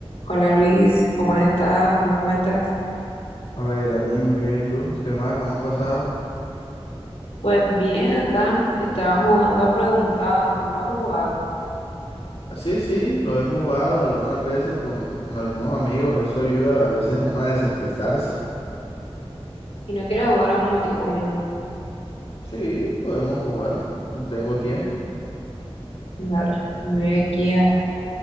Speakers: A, on the left; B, on the left.
A: Hola Luis, ¿cómo has estado? ¿Qué me cuentas?
B: Hola Geraldine, muy bien. ¿Y tú? ¿Qué más? ¿Cómo has pasado?
A: Pues bien, acá estaba jugando a preguntado, solo ha jugado.
B: Sí, sí, lo he jugado algunas veces con, con algunos amigos. Eso ayuda a veces a uno a desestresarse.
A: Y no quiere jugar a un momentico conmigo.
B: Sí, podemos jugar. No tengo tiempo.
A: Dale, voy aquí a,